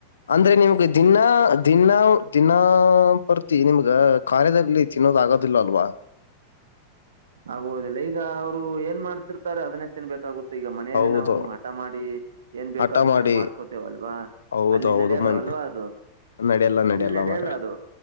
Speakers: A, on the left (about 90°); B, on the right (about 80°).
A: ಅಂದ್ರೆ ನಿಮ್ಗೆ ದಿನಾ ದಿನ ದಿನಾ ಪೂರ್ತಿ ನಿಮ್ಗ ಕಾರ್ಯದಲ್ಲಿ ತಿನ್ನೋದ ಆಗೋದಿಲ್ಲ ಅಲ್ವಾ.
B: ಆಗುವುದಿಲ್ಲ ಈಗ ಅವ್ರು ಏನ್ ಮಾಡ್ತಿರ್ತಾರೆ ಅದನ್ನೇ ತಿನ್ಬೇಕಾಗುತ್ ತ್ತೆ ಈಗ ಮನೆಯಲ್ಲಿ
A: ಹೌದು
B: ನಾವು ಹಠ ಮಾಡಿ ಏನ್ ಬೇಕು
A: ಹಠ
B: ಅದನ್ನ
A: ಮಾಡಿ
B: ಮಾಡ್ಕೋತೇವಲ್ವಾ.
A: ಹೌದು
B: ಅಲ್ಲಿ
A: ಹೌದು
B: ನಡೆಯಲ್ಲವಲ್ವಾ
A: ಮನ್
B: ಅದು.
A: ನಡೆಯಲ್ಲ ನಡೆಯಲ್ಲ
B: ಅಲ್ಲಿ
A: ಮಾರಾಯ
B: ಅದು